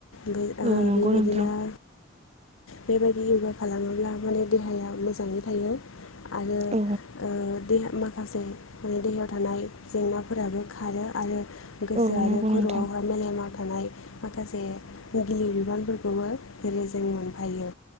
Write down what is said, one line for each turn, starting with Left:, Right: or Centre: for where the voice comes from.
Left: बे ओ
Right: औ नंगौ
Left: बेबायदिनो
Right: नोंथां
Left: बेबायदि य'गा खालामोब्ला माने देहाया मोजाङै थायो। आरो
Right: औ
Left: ओ देहा माखासे माने दैेहायाव थानाय जेंनाफोराबो खारो आरो गोसो
Right: औ
Left: आरो
Right: नंगौ
Left: खर'आव
Right: नोंथां
Left: मेलेमा थानाय माखासे गिलिर बिबानफोरखौबो जेरै जों मोनफायो।